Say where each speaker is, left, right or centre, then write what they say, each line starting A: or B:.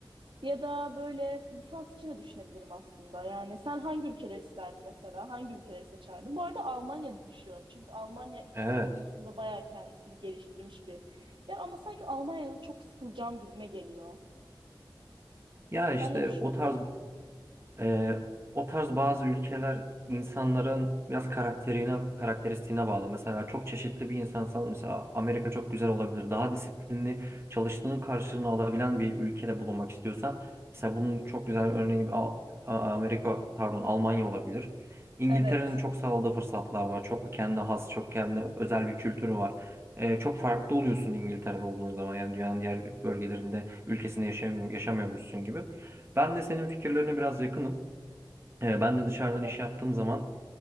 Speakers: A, on the right; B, on the right.
A: Ya da böyle lisans için de düşünebilirim aslında. Yani sen hangi ülkeleri isterdin mesela? Hangi ülkeleri seçerdin? Bu arada Almanya'da düşüyorum. Çünkü Almanya iktisat
B: Evet.
A: konusunda bayağı kendisini geliştirmiş bir yer. Ama sanki Almanya'da çok sıkılacağım gibime geliyor.
B: Ya
A: Sen
B: işte
A: ne düşünüyorsun?
B: o tarz Ee, o tarz bazı ülkeler insanların biraz karakterine, karakteristiğine bağlı. Mesela çok çeşitli bir insansan mesela Amerika çok güzel olabilir. Daha disiplinli çalıştığının karşılığını alabilen bir ülkede bulunmak istiyorsan mesela bunun çok güzel örneği Al- A- Amerika pardon Almanya olabilir. İngiltere'nin
A: Evet.
B: çok sağladığı fırsatlar var. Çok kendine has, çok kendine özel bir kültürü var. Ee, çok farklı oluyorsun İngiltere'de olduğun zaman yani dünyanın diğer bölgelerinde ülkesinde yaşamıyor, yaşamıyormuşsun gibi. Ben de senin fikirlerine biraz yakınım. Ee, Ben de dışarıdan
A: Evet.
B: iş yaptığım zaman